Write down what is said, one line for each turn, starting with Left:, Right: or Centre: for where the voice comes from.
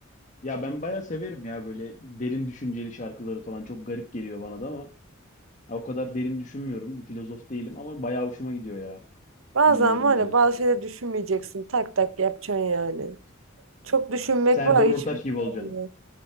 Left: Ya ben bayağı severim ya böyle derin düşünceli şarkıları falan. Çok garip geliyor bana da ama. Ya O kadar derin düşünmüyorum. Bir filozof değilim ama bayağı hoşuma gidiyor ya.
Right: Bazen
Left: Bilmiyorum
Right: var
Left: neden.
Right: ya bazı şeyleri düşünmeyeceksin. Tak tak yapacaksın yani. Çok düşünmek
Left: Serdar
Right: var
Left: Ortaç
Right: hiçbir
Left: gibi olacaksın.
Right: şey yok.